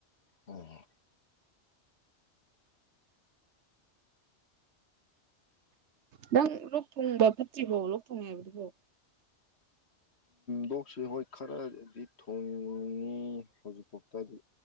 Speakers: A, on the left; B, on the right.
A: ꯑꯣ
B: ꯅꯪ ꯂꯣꯛ ꯊꯨꯡꯕ ꯐꯠꯇ꯭ꯔꯤꯔꯤꯕꯣ ꯂꯣꯛ ꯊꯨꯡꯉꯦ ꯍꯥꯏꯕꯗꯨꯕꯣ
A: ꯗꯣꯛꯁꯦ ꯍꯣꯏ ꯈꯔꯗꯤ ꯊꯣꯡꯉꯤ ꯍꯧꯖꯤꯛꯐꯥꯎꯗ ꯑꯗꯨ